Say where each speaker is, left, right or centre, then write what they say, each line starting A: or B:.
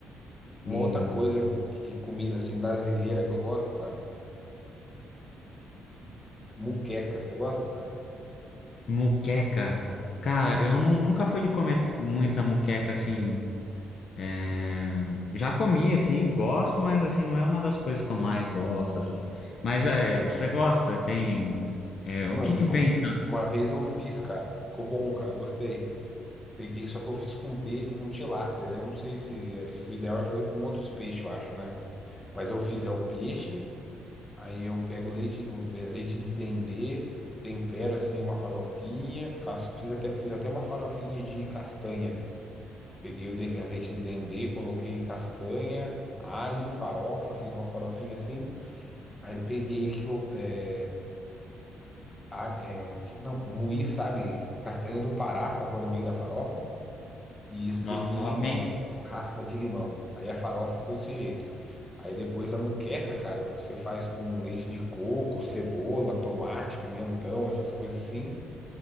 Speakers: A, on the left (about 20°); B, on the left (about 55°).
A: Uma
B: E
A: outra coisa que, que comida assim brasileira que eu gosto, cara, muqueca. Você gosta, cara?
B: muqueca. Cara, eu nu- nunca fui de comer muita muqueca assim. é, Já comi, assim, gosto, mas assim, não é uma das coisas que eu mais gosto, assim. Mas é, você gosta? Tem. é,
A: Mano,
B: O que que
A: eu
B: vem?
A: uma vez eu fiz, cara. Ficou bom, cara. Gostei. Peguei, só que eu fiz com pe, com tilápia. Daí eu não sei se é, o ideal é fazer com outros peixes, eu acho, né? Mas eu fiz é o peixe Aí eu pego leite, o azeite de dendê, tempero assim uma farofinha, faço, fiz até, fiz até uma farofinha de castanha, velho. Peguei o de- azeite de dendê, coloquei castanha, alho, farofa, fiz uma farofinha assim. Aí peguei que eu, é, a- é, que- não, eu moí, sabe, castanha do Pará para pôr no meio da farofa. e espremi
B: Nossa, top,
A: limão,
B: hein?
A: raspa de limão. Aí a farofa ficou desse jeito. Aí depois a muqueca, cara, você faz com leite de coco, cebola, tomate, pimentão, essas coisas assim.